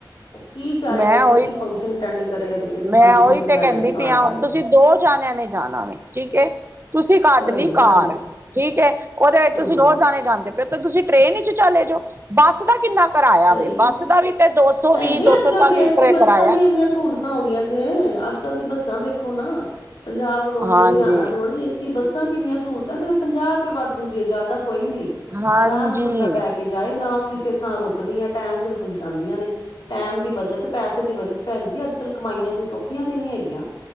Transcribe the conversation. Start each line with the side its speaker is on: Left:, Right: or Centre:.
Left: ਉਹ ਕੀ ਜਾਏਗਾ
Right: ਮੈਂ ਉਹੀ
Left: ਤੇ ਕੀ ਫੰਕਸ਼ਨ ਅਟੈਂਡ ਕਰੇਗਾ ਜੇ ਕਿਸੇ
Right: ਮੈਂ
Left: ਫੰਕਸ਼ਨ
Right: ਉਹੀ ਤੇ
Left: ਜਾਏ
Right: ਕਹਿੰਦੀ
Left: ਕਾਰ
Right: ਪਈ ਹ
Left: ਲੈ ਕੇ
Right: ਤੁਸੀਂ ਦੋ ਜਾਣਿਆਂ ਨੇ ਜਾਣਾ ਵ ਠੀਕ ਐ। ਤੁਸੀਂ ਕੱਢ
Left: ਸਹੀ
Right: ਲਈ
Left: ਗੱਲ
Right: ਕਾਰ
Left: ਹੈ,
Right: ਠੀਕ ਹੈ ਉਹਦੇ ਵਿੱਚ
Left: ਹਮ
Right: ਤੁਸੀਂ ਦੋ ਜਾਣੇ ਜਾਂਦੇ ਪਏ ਤੇ ਤੁਸੀਂ ਟ੍ਰੇਨ ਵਿੱਚ ਚਲੇ ਜਾਓ। ਬੱਸ ਦਾ ਕਿੰਨਾਂ ਕਰਇਆ
Left: ਸਹੀ
Right: ਵੇ
Left: ਗੱਲ
Right: ਬੱਸ ਦਾ ਵੀ ਤੇ ਦੋਸੌ
Left: ਭੈਣ
Right: -ਵੀਹ,
Left: ਜੀ
Right: ਦੋਸੌ
Left: ਅੱਜ ਕੱਲ੍ਹ
Right: ਚਾਲੀ
Left: ਤੇ ਏਸੀ
Right: ਰੁਪਏ
Left: ਬੱਸਾਂ
Right: ਕਰਾਇਆ।
Left: ਦੀ ਇੰਨੀਆਂ ਸਹੂਲਤਾਂ ਹੋ ਗੀਆਂ ਜੇ ਅੱਜ-ਕੱਲ੍ਹ ਤੇ ਬੱਸਾਂ ਦੇਖੋ ਨਾ, ਪੰਜਾਬ ਰੋਡਵੇਜ਼,
Right: ਹਾਂਜੀ
Left: ਹਰਿਆਣਾ ਰੋਡ ਜੇ ਅਸੀਂ ਤੇ ਬੱਸਾਂ ਕਿੰਨੀਆਂ ਸਹੂਲਤਾਂ ਸਿਰਫ ਪੰਜਾਹ ਰੁਪਏ ਵਾਧੂ ਜੇ ਜ਼ਿਆਦਾ ਕੋਈ ਨੀਂ
Right: ਹਾਂਜੀ
Left: ਆਰਾਮ ਨਾਲ ਬੰਦਾ ਬਹਿ ਕੇ ਨਾ ਕਿਸੇ ਥਾਂ ਰੁਕਦੀਆਂ ਟਾਈਮ ਸਿਰ ਪਹੁੰਚਾਉਂਦੀਆਂ ਨੇ, ਟਾਈਮ ਦੀ ਬੱਚਤ, ਪੈਸੇ ਦੀ ਬੱਚਤ ਭੈਣਜੀ ਅੱਜ-ਕੱਲ੍ਹ ਕਮਾਈਆਂ ਕੋਈ ਸੌਖੀਆਂ ਤੇ ਨਹੀਂ ਹੈਗੀਆਂ।